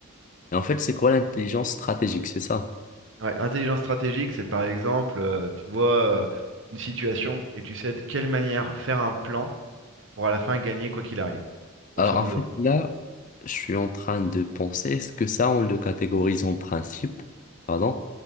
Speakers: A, on the left (about 35°); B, on the right (about 60°).
A: Et en fait, c'est quoi l'intelligence stratégique, c'est ça?
B: Ouais, intelligence stratégique, c'est par exemple, euh, tu vois euh, une situation et tu sais de quelle manière faire un plan pour à la fin gagner quoi qu'il arrive, grosso
A: Alors en
B: modo.
A: fait, là, je suis en train de penser, est-ce que ça, on le catégorise en principe? Pardon?